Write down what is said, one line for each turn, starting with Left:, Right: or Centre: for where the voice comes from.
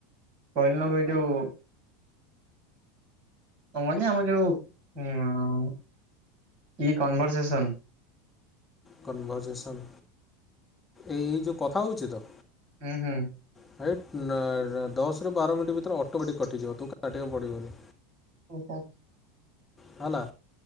Right: କହିଲ ନୁ ଏଯୋଉ କଣ କହନ ଆମର ଯୋଉଁ କନଭରସେସନ
Left: କନଭରଜେସନ୍ ଏ ଏଇ ଯୋଉ କଥା ହଉଛି ତ।
Right: ହୁଁ ହୁଁ।
Left: ଭାଇ ନା ଦଶରୁ ବାର ମିନିଟ୍ ଭିତରେ ଅଟୋମେଟିକ୍ କଟିଯିବ ତୁ କାଟିବାକୁ ପଡ଼ିବନି।
Right: ଓ ହୋ।
Left: ହା ଲା।